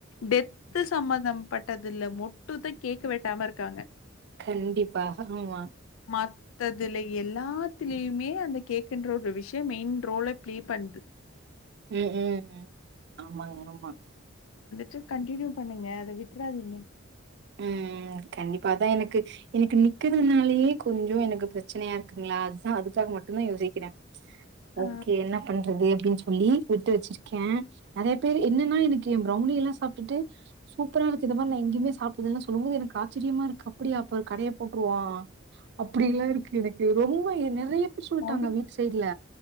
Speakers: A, on the left; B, on the right.
A: டெத்து சமந்த பட்டதுல மொட்டு தா கேக்க வெட்டாம இருக்காங்க
B: கண்டிப்பா ஆமா
A: மத்ததுல எல்லாத்திலியுமே அந்த கேக்குன்ற ஒரு விஷயம் மெயின் ரோல பிளே பண்ணுது
B: உம் உம் அ ஆமாங்க ஆமா
A: ச கண்டினியூ பண்ணுங்க அத விட்டுறாதீங்க
B: உம் கண்டிப்பா அதா எனக்கு எனக்கு நிக்கிறதுனாலயே கொஞ்சோ எனக்கு பிரச்சனையா இருக்குங்களா அதுதா அதுக்காக மட்டு தா யோசிக்கிறே
A: ஆ
B: ஓகே என்ன பண்றது அப்படின் சொ சொல்லி விட்டு வச்சிருக்கே நெறைய பேர் என்னன்னா எனக்கு எ பிரவுனி எல்லா சாப்பிட்டுட்டு சூப்பரா இருக்குது இந்த மாரி நா எங்கயுமே சா இதெல்லா சொல்லும் போது எனக்கு ஆச்சரியமா இருக்கு அப்படியா அப்ப கடைய போட்டுருவோ அப்படில்லா இருக்கு எனக் கு ரொம்ப எ நெறைய
A: <inaudible>
B: பேர் சொல்ட்டாங்க வீட்டு சைட்ல